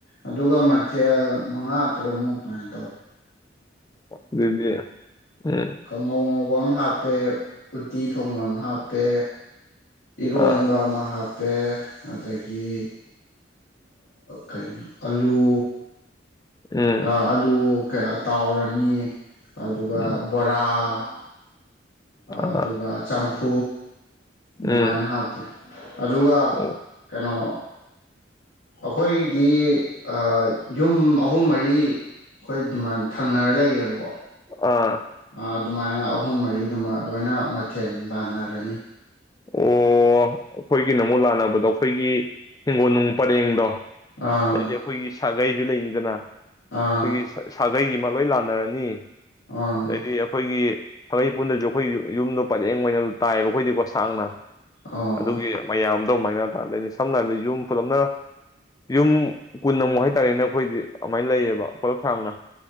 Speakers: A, on the left (about 60°); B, on the left (about 20°).
A: ꯑꯗꯨꯒ ꯃꯊꯦꯜ ꯃꯉꯥ ꯇꯔꯨꯛꯃꯨꯛ ꯑꯗꯨꯃꯥꯏꯅ ꯇꯧꯋꯦ
B: ꯑꯗꯨꯗꯤ ꯎꯝ
A: ꯀꯉꯧꯅ ꯍꯥꯞꯄꯦ ꯎꯇꯤ ꯊꯣꯡꯕ ꯑꯃ ꯍꯥꯞꯄꯦ ꯏꯔꯣꯟꯕ
B: ꯑꯥ
A: ꯑꯃ ꯍꯥꯞꯄꯦ ꯄꯦ ꯑꯗꯒꯤ ꯀꯩꯅꯣ ꯑꯂꯨ
B: ꯎꯝ
A: ꯑ ꯑꯂꯨ ꯇꯥꯎꯔꯅꯤ ꯑꯗꯨꯒ
B: ꯎꯝ
A: ꯕꯣꯔꯥ ꯎ ꯑꯗꯨꯒ
B: ꯑꯥ
A: ꯆꯝꯐꯨ ꯑꯗꯨꯃꯥꯏꯅ
B: ꯎꯝ
A: ꯍꯥꯞꯄꯦ ꯑꯗꯨꯒ
B: ꯑꯣ
A: ꯀꯩꯅꯣ ꯑꯩꯈꯣꯏꯗꯤ ꯑ ꯌꯨꯝ ꯑꯍꯨꯝ ꯃꯔꯤ ꯑꯩꯈꯣꯏ ꯑꯗꯨꯃꯥꯏꯅ ꯊꯪꯅꯔ ꯂꯩꯌꯦꯕꯀꯣ
B: ꯑꯥ
A: ꯑ, ꯑꯗꯨꯃꯥꯏꯅ ꯑꯍꯨꯝ ꯃꯔꯤꯗꯨꯃ ꯂꯣꯏꯅ ꯃꯊꯦꯜ ꯂꯥꯟꯅꯔꯅꯤ
B: ꯑꯣ ꯑꯩꯈꯣꯏꯒꯤꯅ ꯑꯃꯨꯛ ꯂꯥꯟꯅꯕꯗꯣ ꯑꯩꯈꯣꯏꯒꯤ ꯍꯤꯡꯒꯣꯜ ꯅꯨꯡ ꯄꯔꯦꯡꯗꯣ
A: ꯑꯥ
B: ꯍꯥꯏꯗꯤ ꯑꯩꯈꯣꯏꯒꯤ ꯁꯥꯒꯩꯁꯨ ꯂꯩꯅꯤꯗꯅ ꯑꯩꯈꯣꯏꯒꯤ
A: ꯑꯥ
B: ꯁꯥꯒꯩꯒꯤꯃ ꯂꯣꯏ ꯂꯥꯟꯅꯔꯅꯤ
A: ꯑꯥ
B: ꯑꯗꯩꯗꯤ ꯑꯩꯈꯣꯏꯒꯤ ꯊꯔꯩ ꯄꯨꯟꯗ꯭ꯔꯁꯨ ꯑꯩꯈꯣꯏ ꯌꯨꯝꯗꯣ ꯄꯔꯦꯡ ꯑꯣꯏꯅ ꯇꯥꯏꯌꯦꯕ ꯑꯩꯈꯣꯏꯗꯤꯀꯣ ꯁꯥꯡꯅ
A: ꯑꯣ
B: ꯑꯗꯨꯒꯤ ꯃꯌꯥꯝ ꯑꯗꯨꯃꯥꯏꯅꯗꯅꯦ ꯁꯝꯅ ꯍꯥꯏꯔꯕꯗ ꯌꯨꯝ ꯄꯨꯂꯞꯅ ꯌꯨꯝ ꯀꯨꯟ ꯑꯃꯨꯛ ꯍꯥꯏꯇꯥꯔꯦꯅꯦ ꯑꯩꯈꯣꯏꯗꯤ ꯑꯗꯨꯃꯥꯏꯅ ꯂꯩꯌꯦꯕ ꯄ ꯈꯥꯡꯅ